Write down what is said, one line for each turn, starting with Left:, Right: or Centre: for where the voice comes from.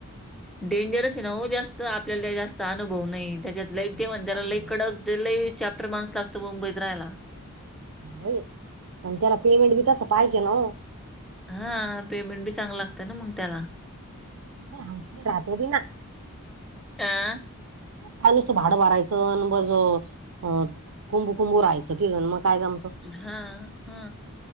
Centre: डेंजरच आहे ना ओ जास्त आपल्याला जास्त अनुभव नाही त्याच्यात लय ते
Right: डेंजर
Centre: म्हणतान त्याला
Right: म्हणजे
Centre: लईक कडक लई चॅप्टर माणूस लागतो मुंबईत राहायला.
Right: होय पण त्याला पेमेंट बी तसं पाहिजे ना ओ?
Centre: हा पेमेंट बी चांगलं लागतं ना मग त्याला!
Right: हा हौशीन बी राहतो बी ना.
Centre: आ!
Right: काय नुसतं भाडं भारायचं आणि बज अ कुंबू कुंबू राहायंच तिथ मग काय जमायचं.
Centre: हा हा!